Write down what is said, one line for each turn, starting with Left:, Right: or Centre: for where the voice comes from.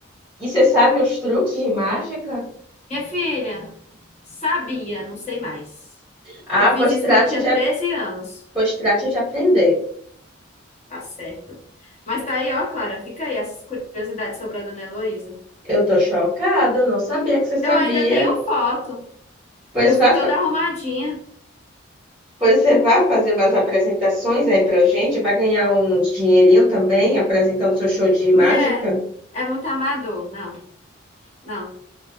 Centre: E você sabe os truques de mágica?
Left: Minha filha, sabia, não sei mais.
Centre: Ah,
Left: Que eu fiz
Centre: pois
Left: isso
Centre: trate
Left: quando eu tinha
Centre: de,
Left: 13 anos.
Centre: pois trate de aprender.
Left: Tá certo. Mas tá aí, ó, Clara, fica aí essas curiosidades sobre a dona Heloísa.
Centre: Eu tô chocada, eu não sabia que você sabia.
Left: Eu ainda tenho foto.
Centre: Pois
Left: Eu fui
Centre: vá
Left: toda arrumadinha.
Centre: Pois você vai fazer umas apresentações aí pra gente, vai ganhar uns dinheirinho também apresentando seu show de mágica.
Left: Mulher, é muito amador. Não, não.